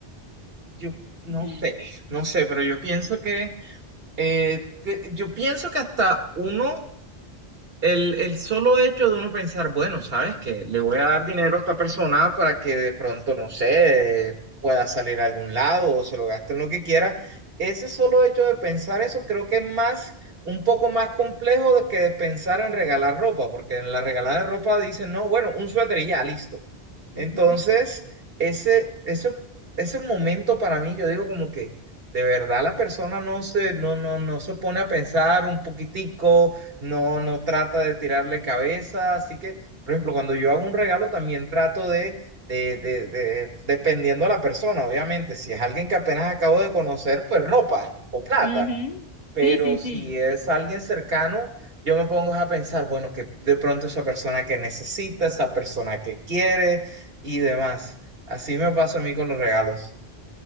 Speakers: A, on the right; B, on the left.
A: Yo no
B: Sí.
A: sé, no sé, pero yo pienso que, eh, que- yo pienso que hasta uno el, el solo hecho de uno pensar, bueno, ¿sabes qué? Le voy a dar dinero a esta persona para que de pronto, no sé, pueda salir a algún lado o se lo gaste en lo que quiera. Ese solo hecho de pensar eso creo que es más, un poco más complejo de que de pensar en regalar ropa, porque en la regalada de ropa dicen, no, bueno, un suéter y ya, listo. Entonces,
B: Ujú.
A: ese, ese, ese momento para mí, yo digo como que de verdad la persona no se, no, no, no se pone a pensar un poquitico, no, no trata de tirarle cabeza, así que, por ejemplo, cuando yo hago un regalo también trato de, de, de, de- dependiendo de la persona, obviamente, si es alguien que apenas acabo de conocer, pues ropa o plata,
B: Ujú.
A: pero
B: Sí, sí,
A: si
B: sí.
A: es alguien cercano, yo me pongo a pensar, bueno, que de pronto esa persona que necesita, esa persona que quiere y demás. Así me pasa a mí con los regalos.